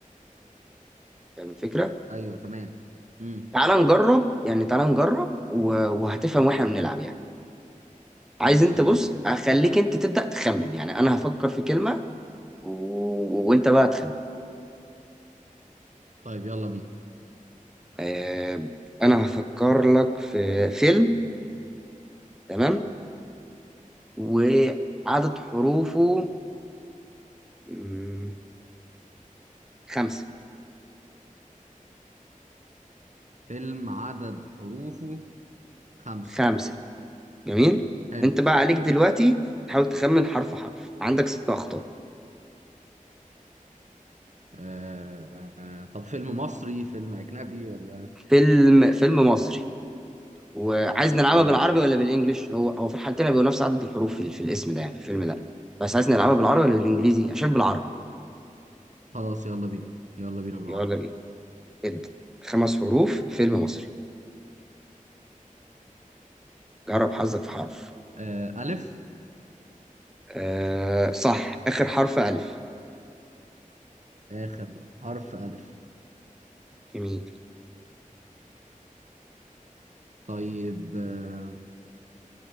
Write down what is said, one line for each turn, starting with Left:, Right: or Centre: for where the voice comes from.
Centre: فاهم الفكرة؟
Right: ايوه تمام امم
Centre: تعال نجرب يعني تعال نجرب و... وهتفهم واحنا بنلعب يعني عايز
Right: خلاص
Centre: انت
Right: يلا
Centre: بص
Right: بينا
Centre: اخليك انت تبدأ تخمن يعني انا هفكر في كلمة و... وانت بقى تخمن
Right: طيب يلا بينا
Centre: آه... انا هفكر لك في فيلم تمام وعدد حروفه مم، خمسة
Right: فيلم عدد حروفه خمسة
Centre: خمسة جميل
Right: حلو
Centre: انت بقى عليك دلوقتي تحاول تخمن حرف حرف عندك ست اخطاء
Right: آه آه، آه، طب فيلم مصري فيلم أجنبي ولا
Centre: فيلم فيلم مصري وعايز نلعبها
Right: فيلم
Centre: بالعربي
Right: مصري
Centre: ولا بالانجلش هو هو في الحالتين بيبقوا نفس عدد الحروف في, في الاسم ده يعني في الفيلم ده بس عايز نلعبها بالعربي ولا بالانجليزي عشان بالعربي
Right: خلاص يلا بينا يلا بينا بالعربي
Centre: يلا بينا ابدا خمس حروف فيلم مصري جرب حظك في حرف
Right: آه ألف
Centre: آه صح اخر حرف الف
Right: آخر حرف ألف
Centre: جميل
Right: طيب آه